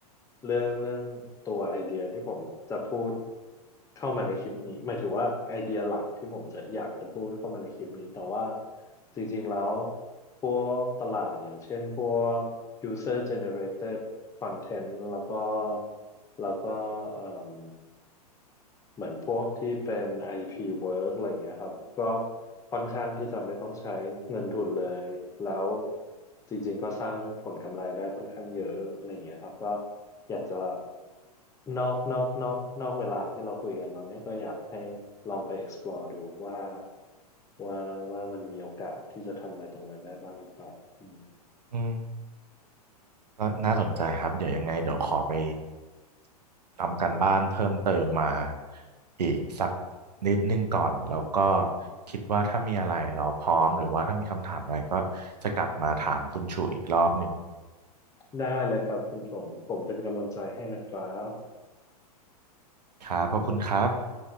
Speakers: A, on the left; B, on the right.
A: เรื่องเรื่องตัวไอเดียที่ผมจะพูดเข้ามาในคลิปนี้หมายถึงว่าไอเดียหลักที่ผมจะอยากจะพูดเข้ามาในคลิปนี้แต่ว่าจริงๆแล้วพวกตลาดอย่างเช่นพวก user generated content แล้วก็แล้วก็เอ่ม เหมือนพวกที่เป็น IP work อะไรเงี้ยครับก็ค่อนข้างที่จะไม่ต้องใช้เงินทุนเลยแล้วจริงๆก็สร้างผลกำไรได้ค่อนข้างเยอะอะไรเงี้ยครับก็อยากจะนอกนอกนอกนอกเวลาที่เราคุยกันตอนเนี้ยก็อยากให้ลองไป explore ดูว่าว่าว่ามันมีโอกาสที่จะทำอะไรตรงนั้นได้บ้างหรือเปล่าอืม
B: อืม ก็น่าสนใจครับเดี๋ยวยังไงเดี๋ยวขอไปทำการบ้านเพิ่มเติมมาอีกสักนิดนึงก่อนแล้วก็คิดว่าถ้ามีอะไรเราพร้อมหรือว่าถ้ามีคำถามอะไรก็จะกลับมาถามคุณชูอีกรอบหนึ่ง
A: ได้เลยครับคุณชงผมเป็นกำลังใจให้นะครับ
B: ครับขอบคุณครับ